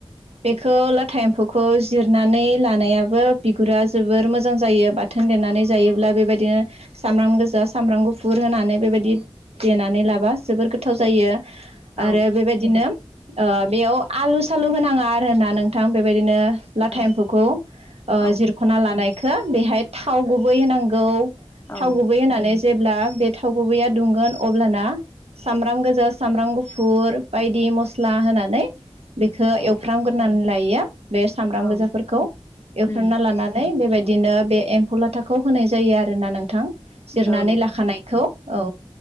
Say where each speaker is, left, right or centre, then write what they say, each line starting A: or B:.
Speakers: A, on the right; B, on the left.
A: बेखौ लाथा एम्फौखौ जिरनानै लानायाबो बिगुरा जोबोर मोजां जायो बौ थोन देरनानै जायोब्ला बेबायदिनो सामब्राम गोजा सामब्राम गुफुर होनानै बेबायदि देनानै लाबा जोबोर गोथाव जायो।
B: औ
A: आरो बेबायदिनो बेयाव आलु सालु होनाङा आरो होनना नोंथां बेबायदिनो लाथा
B: औ
A: एम्फौखौ
B: औ
A: जिरख'ना लानायखौ बेहाय थाव गुबै होनांगौ।
B: औ
A: थाव गुबै होननानै जेब्ला बे थाव गुबैया दुंगोन अब्लाना सामब्राम गोजा सामब्राम गुफुर बायदि मस्ला होनानै बेखौ
B: औ
A: एवफ्रामग्रोनानै लायोया बे सामब्राम
B: औ
A: गोजाफोरखौ एवफ्रामना
B: उम
A: लानानानै बेबायदिनो बे एम्फौ लाथाखौ होनाय जायो आरोना नोंथां जिरनानै
B: औ
A: लाखानायखौ औ